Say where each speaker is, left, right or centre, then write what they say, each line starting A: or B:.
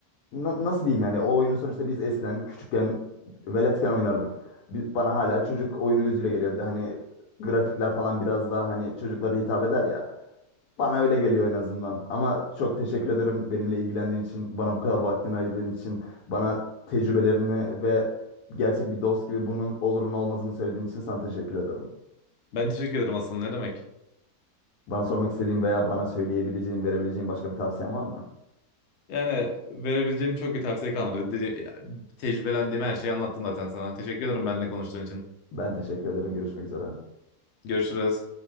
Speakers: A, on the left (about 80°); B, on the left (about 65°).
A: na- nasıl diyeyim yani o oyunu sonuçta biz eskiden küçükken veletken oynardık. Bi- Bana hala çocuk oyunu gözüyle geliyor. Bir de hani grafikler falan biraz daha hani çocuklara hitap eder ya. Bana öyle geliyor en azından. Ama çok teşekkür ederim benimle ilgilendiğin için, bana bu kadar vaktini ayırdığın için, bana tecrübelerini ve gerçek bir dost gibi bunun olurun olmazını söylediğin için sana teşekkür ederim.
B: Ben teşekkür ederim aslında ne demek.
A: Bana sormak istediğin veya bana söyleyebileceğin, verebileceğin başka bir tavsiyen var mı?
B: Yani verebileceğim çok bir tavsiye kalmadı. Dedi- Tecrübelendiğim her şeyi anlattım zaten sana. Teşekkür ederim benimle konuştuğun için.
A: Ben teşekkür ederim. Görüşmek üzere.
B: Görüşürüz.